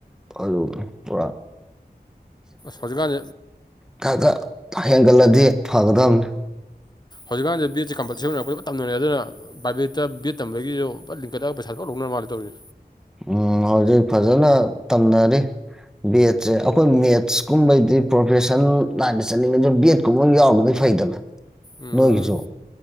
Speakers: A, in the centre; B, on the left (about 25°).
A: ꯑꯗꯨ ꯄꯨꯔꯥ
B: ꯁꯣꯖꯒꯥꯥꯟ
A: ꯈ ꯈ ꯍꯦꯟꯒꯠꯂꯗꯤ ꯐꯒꯗꯝꯕꯅꯤ
B: ꯍꯧꯖꯤꯛꯀꯥꯟꯁꯤ ꯕꯤꯦꯠꯁꯦ ꯀꯝꯄꯜꯁ ꯑꯣꯏꯅꯔꯣꯏꯞ ꯇꯝꯅꯔꯦ ꯑꯗꯨ ꯄ꯭ꯔꯥꯏꯚꯦꯠꯇ ꯕꯤꯦꯠ ꯇꯝꯕꯗꯒꯤꯁꯨ ꯄ ꯂꯤꯡꯀꯗ ꯄꯩꯁꯔ ꯂꯧꯅ ꯃꯥꯅꯤ ꯇꯧꯔꯤ
A: ꯎꯝ ꯍꯧꯖꯤꯛ ꯐꯖꯅ ꯇꯝꯅꯔꯤ ꯕꯦꯠꯁꯦ ꯑꯩꯈꯣꯏ ꯃꯦꯠꯁꯀꯨꯝꯕꯩꯗꯤ ꯄ꯭ꯔꯣꯐꯦꯁꯟ ꯂꯥꯏꯟꯗ ꯆꯠꯅꯤꯡꯉꯁꯨ ꯕꯤꯦꯠꯀꯨꯝꯕ ꯌꯥꯎꯔꯅꯗꯤ ꯐꯩꯗꯅ
B: ꯎꯝ
A: ꯅꯣꯏꯖꯣ